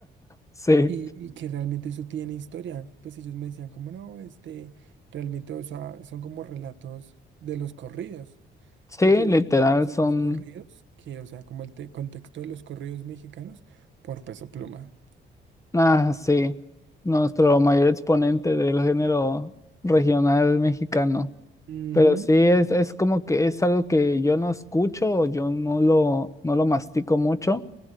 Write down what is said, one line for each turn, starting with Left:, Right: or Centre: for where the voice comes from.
Left: sí,
Right: y, y que realmente eso tiene historia. Pues ellos me decían como no, este, realmente, o sea, son como relatos de los corridos.
Left: sí,
Right: Y yo vine
Left: literal
Right: a conocer
Left: son,
Right: los corridos, que, o sea, como el te- contexto de los corridos mexicanos por Peso Pluma.
Left: ah, sí, nuestro mayor exponente del género regional mexicano.
Right: Ujú,
Left: Pero sí, es, es como que es algo que yo no escucho, o yo no lo, no lo mastico mucho,